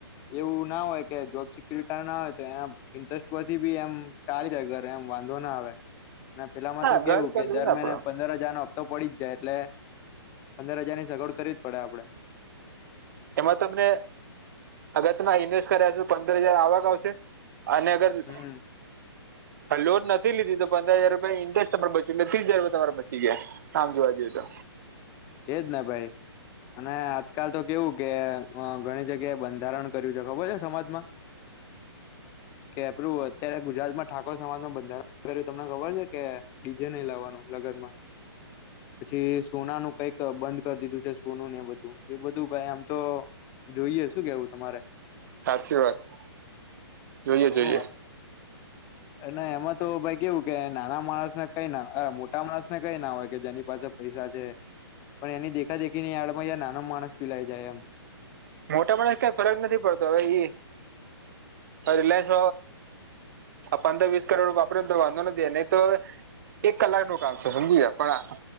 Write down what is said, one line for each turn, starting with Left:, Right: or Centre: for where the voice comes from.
Left: એવું ના હોય કે જોબ સિક્યુરિટ ના હોય તો એના ઇન્ટરેસ્ટ પરથી બી ચાલી જ ઘરે વાંધો ના આવે અને પેલામાં
Right: હા
Left: તો કેવું
Right: ઘર ચાલુ
Left: કે દર
Right: ને આપડો
Left: મહિને પંદર હજારનો હપ્તો પડી જ જાય એટલે પંદર જારની સગવડ કરવી જ પડે આપડે
Right: તેમાં તમને અગર તમે ઇન્વેસ્ટ કર્યા છે, તો પંદર હજાર આવક આવશે અને અગર <inaudible>
Left: હમ
Right: લોન નથી લીધી તો પંદર હજાર રૂપિયા ઇન્ટરેસ્ટ તમારે બચીને ત્રીસજ રૂપિયા તમારા બચી ગયા આમ જોવા જઈએ તો
Left: એ જે ને ભાઈ અને આજકાલ તો કેવું કે અ ઘણી જગ્યાએ બંધારણ કર્યું છે, ખબર છે, સમાજમાં
Right: <inaudible>
Left: કે <unintelligible> અત્યારે ગુજરાતમાં ઠાકોર સમાજનું બંધારણ કર્યું તમને ખબર શે કે? ડીજે નહી લાવવાનું લગનમાં પછી સોનાનું કઈક ક બંધ કરી દીધું છે, સોનું ને એ બધું એ બધું ભાઈ એમ તો જોઈએ શું કેવું તમારે?
Right: સાચી વાત છે, જોઈએ
Left: હા
Right: જોઈએ
Left: અને એમાં તો ભાઈ કેવુ કે નાના માણસને કઈ ના અ મોટા માણસ ને કઈ ના હોય કે જેની પાસે પૈસા છે. પણ એની દેખા દેખી યારડમાં યાર નાનો માણસ પીલાઈ જાય એમ
Right: મોટા પણે કઈ ફરક નથી પડતો હવે ઈ રિલાયન્સ આ પંદર વીસ કરોડ વાપરે ને તો વાંધો નથી નહી તો હવે એક કલાકનુ કામ છે, હમજી ગયા પણ આ